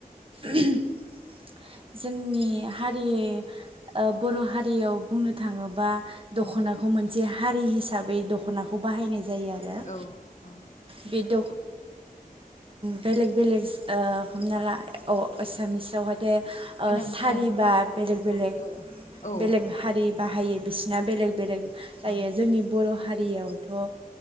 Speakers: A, on the right; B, on the left.
A: <unintelligible> जोंनि हारि ओ बर' हारियाव बुंनो थाङोबा दख'नाखौ
B: औ
A: मोनसे हा हारि हिसाबै दख'नाखौ बाहायनाय जा जायो आरो ओ
B: औ औ
A: बे द बेलेग बेलेग ओ हमना ला अ एसामिसावहाय ओ
B: नों
A: सारिबा
B: ओ जों
A: बेलेग
B: औ
A: बेलेग
B: औ औ औ
A: बेलेग हारि बाहायो बिसिना बेलेग बेलेग जायो
B: औ
A: जोंनि बर' हारियाव थ' ओ